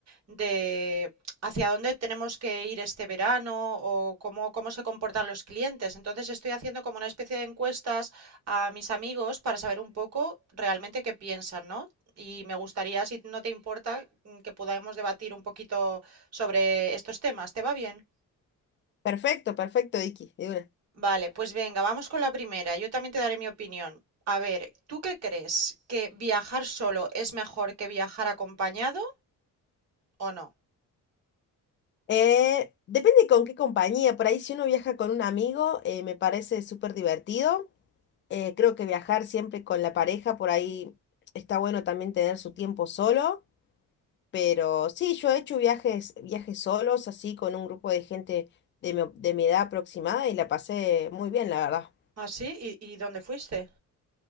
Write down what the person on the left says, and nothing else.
Perfecto, perfecto, Vicky, de una.
Eh, depende con qué compañía. Por ahí, si uno viaja con un amigo, eh, me parece súper divertido. Eh, creo que viajar siempre con la pareja, por ahí está bueno también tener su tiempo solo. Pero sí, yo he hecho viajes, viajes solos, así con un grupo de gente de mi, de mi edad aproximada y la pasé muy bien, la verdad.